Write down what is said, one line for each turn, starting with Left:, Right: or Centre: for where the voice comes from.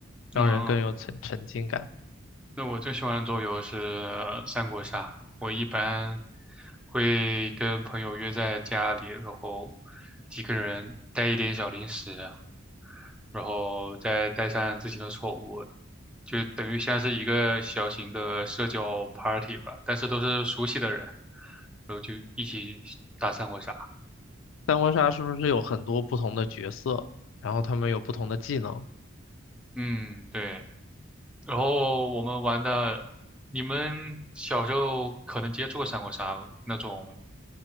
Left: 让人更有沉沉浸感。
Centre: 嗯，那我最喜欢的桌游是三国杀。我一般会跟朋友约在家里，然后几个人带一点小零食，然后再带上自己的宠物，就等于像是一个小型的社交 party 吧，但是都是熟悉的人，然后就一起打三国杀。
Left: 三国杀是不是有很多不同的角色，然后他们有不同的技能？
Centre: 嗯，对。然后我们玩的，你们小时候可能接触过三国杀那种，